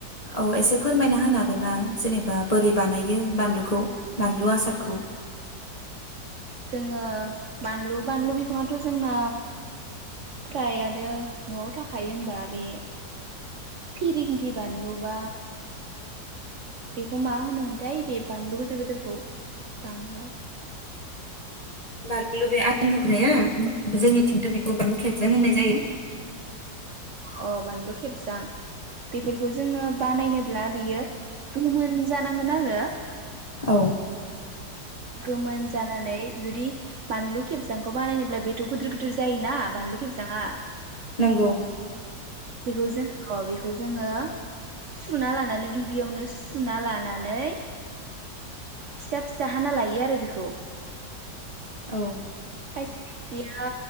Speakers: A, on the left; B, on the right.
A: औ एसे फोरमायना होनो हागोन ना जेनेबा बोरै बानायो बानलु खौ बानलु आसारखौ
B: जोङो बानलु बानलु बिफाङाथ' जोंना फ्राय आनो न'आव थाखायो होमबा बे फिरिंगि बानलु बा बेखौ मा होनोमोनथाय बे बानलु गोदोर गोदोरखौ बांगाल
A: बानलु बे आलुग्राया जोंनिथिं बि खौ बानलु खेबजां होननाय जायो
B: अ बानलु खेबजां बेफोर खौ जोङो बनाय नोब्ला बेयो गोमोन जानांगोन आरो
A: औ
B: गोमोन जानानै जुदि बानलु खेबजांखौ बानायनोब्ला बेथ' गोदोर गोदोर जायोना बानलु खेबजाङा
A: नोंगौ
B: बेखौ जों अ बेखौ जोङो सुना लानानै गिबियावनो सुना लानानै फिसा फिसा हाना लायो आरो बेखौ
A: औ
B: खायसे खायसेया